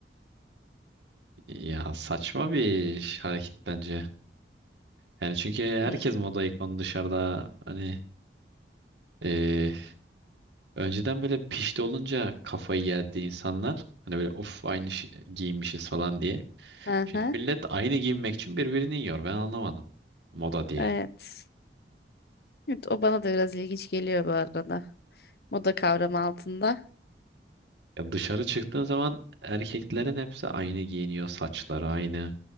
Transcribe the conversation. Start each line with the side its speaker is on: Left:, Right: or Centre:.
Right: ya saçma bir hareket bence. Yani çünkü herkes
Left: Hmm.
Right: moda ikonu dışarıda hani Ee, önceden böyle pişti olunca kafayı yerdi insanlar. Hani böyle of aynı şey, giyinmişiz falan diye.
Left: Aha,
Right: Şimdi millet aynı giyinmek için birbirini yiyor. Ben anlamadım. Moda diye.
Left: evet. Evet, o bana da biraz ilginç geliyor bu arada. Moda kavramı altında.
Right: Ya dışarı çıktığın zaman erkeklerin hepsi aynı giyiniyor. Saçları aynı.